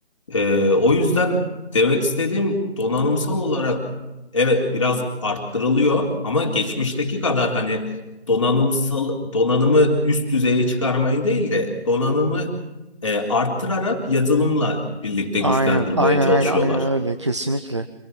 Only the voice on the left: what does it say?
Ee, o yüzden demek istediğim donanımsal olarak evet biraz arttırılıyor ama geçmişteki kadar hani donanımsal donanımı üst düzeye çıkarmayı değil de donanımı e, arttırarak yazılımla birlikte
güçlendirmeye
çalışıyorlar.